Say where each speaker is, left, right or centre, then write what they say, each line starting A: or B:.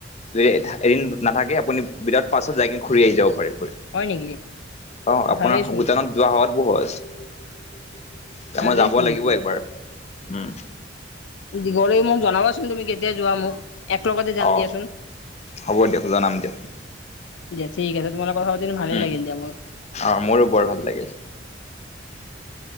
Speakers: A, on the left; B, on the left.
A: যদি এদিন নাথাকে আপুনি উইদাউট পাছত যাই কিনে ঘূৰি আহি যাব ঘূৰি।
B: হয় নেকি?
A: অ আপোনাৰ
B: ভালেই চোন,
A: ভূটানত যোৱা সোৱাতো সহজ,
B: ভালেই
A: মই যাব
B: চোন
A: লাগিব
B: এইটো।
A: একবাৰ। উম।
B: দীঘল মোক জনাবাচোন তুমি কেতিয়া যোৱা মোক। এক লগতে যাম
A: অ
B: দিয়াচোন।
A: হ'ব দিয়ক, জনাম দিয়ক।
B: দিয়া ঠিক আছে তোমৰ লগত কথা পাতি ভালে
A: উম
B: লাগিল দিয়া মোৰ।
A: অ মোৰো বৰ ভাল লাগিল।